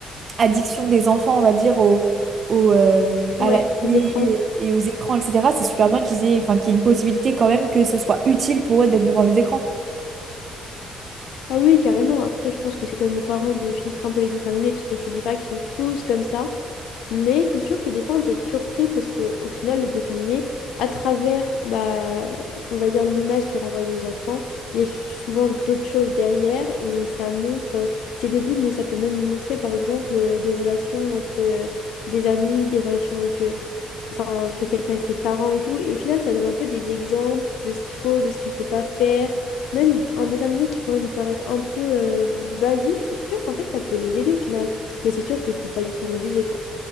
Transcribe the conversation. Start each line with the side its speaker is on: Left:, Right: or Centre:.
Right: addiction des enfants, on va dire, au, au, euh, à
Left: ouais.
Right: la télé
Left: Les écrans.
Right: et aux écrans, etc., c'est super bien qu'ils aient, enfin, qu'il y ait une possibilité quand même que ce soit utile pour eux d'être devant les écrans.
Left: Ah oui, carrément. Après, je pense que c'est quand même aux parents de filtrer un peu les dessins animés, puisque je te dis pas qu'ils sont tous comme ça. Mais c'est sûr que des fois, on peut être surpris parce qu'au final, les dessins animés, à travers, bah, on va dire, l'image qui est renvoyée aux enfants, il y a souvent d'autres choses derrière et ça montre, euh, c'est débile, mais ça peut même montrer, par exemple, euh, des relations entre euh, des amis, des relations avec, euh, enfin, entre quelqu'un et ses parents et tout. Et au final, ça donne un peu des exemples de ce qu'il faut, de ce qu'il faut pas faire. Même un dessin animé qui pourrait nous paraître un peu euh, basique, je suis sûre qu'en fait, ça peut les aider au final. Mais c'est sûr qu'il faut pas du tout en abuser, quoi.